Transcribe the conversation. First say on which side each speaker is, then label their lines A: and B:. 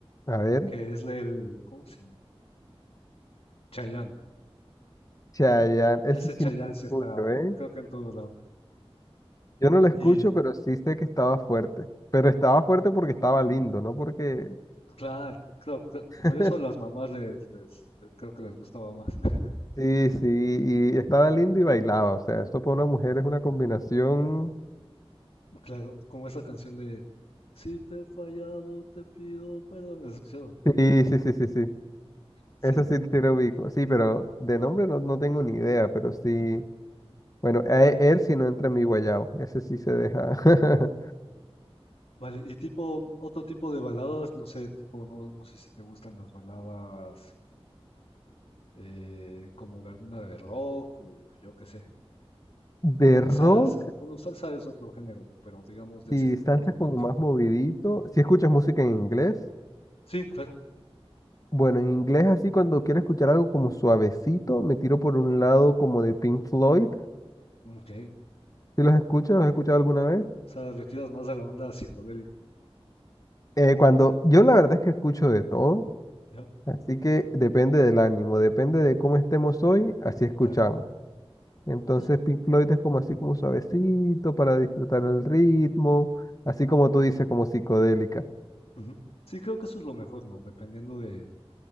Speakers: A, on the left; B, on the left.
A: a ver,
B: que es el, ¿cómo se llama? Chayán.
A: Chayanne, ese
B: Ese
A: sí
B: Chayán
A: no lo escucho,
B: sí está,
A: ¿eh?
B: creo que en todo lado.
A: Yo no lo escucho,
B: Y
A: pero sí sé que estaba fuerte. Pero estaba fuerte porque estaba lindo, no porque...
B: claro, claro, cla-
A: <laughs>
B: por eso a las mamás les, les, les- creo que les gustaba más. <laughs>
A: Sí, sí, y estaba lindo y bailaba. O sea, esto para una mujer es una combinación...
B: Claro, como esa canción de Si te he fallado, te pido perdón. ¿Has escuchado?
A: Sí, sí, sí, sí, sí.
B: Sí.
A: Eso sí, sí lo ubico. Sí, pero de nombre no, no tengo ni idea, pero sí... Bueno, a e- él sí no entra en mi guayabo. Ese sí se deja. <laughs>
B: Vale, y tipo, otro tipo de baladas, no sé, tipo, no, no sé si te gustan las baladas eh, como de alguna de rock o yo qué sé,
A: De
B: o de
A: rock,
B: salsa. Bueno, salsa es otro género, ¿no? Pero digamos de
A: si
B: ese tipo
A: saltas
B: romántico.
A: como más movidito, si escuchas música en inglés,
B: Sí, claro.
A: Bueno, en inglés así cuando quiero escuchar algo como suavecito, me tiro por un lado como de Pink Floyd.
B: Ok.
A: Si los escuchas, ¿los has escuchado alguna vez?
B: O sea, le tiras más a la onda psicodélico, entonces.
A: Eh, cuando yo la verdad es que escucho de todo,
B: ¿Ya?
A: así que depende del ánimo, depende de cómo estemos hoy, así escuchamos.
B: Claro.
A: Entonces
B: Eso-
A: Pink Floyd es como así como suavecito para disfrutar el ritmo, así como tú dices, como psicodélica.
B: Ujú. Sí, creo que eso es lo mejor, ¿no? Dependiendo de,